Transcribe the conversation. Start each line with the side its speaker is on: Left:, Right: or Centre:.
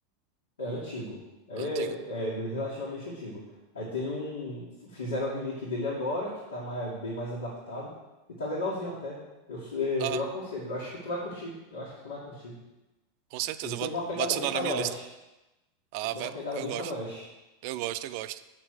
Left: É antigo. É,
Right: Antigo.
Left: é relativamente antigo. Aí tem um. Fizeram o remake dele agora, que tá mais- bem mais adaptado. E tá legalzinho até. Eu, su- eh,
Right: Ah,
Left: eu aconselho. Eu acho que tu vai curtir. Eu acho que tu vai curtir.
Right: com certeza.
Left: Ele
Right: Eu
Left: tem
Right: vou,
Left: uma pegada
Right: vou adicionar
Left: bem faroeste.
Right: na minha lista. Ah,
Left: Ele tem
Right: ve-
Left: uma pegada
Right: eu
Left: bem
Right: gosto.
Left: faroeste.
Right: Eu gosto, eu gosto.